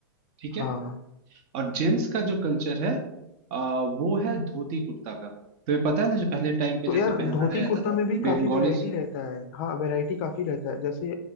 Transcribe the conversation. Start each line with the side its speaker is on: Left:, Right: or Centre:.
Right: ठीक
Left: हाँ
Right: है
Left: हाँ।
Right: और जेंट्स का जो कल्चर है अ, वो है धोती कुर्ता का तुम्हें पता है ना जो पहले टाइम पे
Left: तो
Right: जैसे
Left: यार
Right: पहनाया
Left: धोती कुर्ता
Right: जाता था
Left: में भी
Right: बंगालीज
Left: काफी वैरायटी रहता है हाँ वैरायटी काफी रहता है जैसे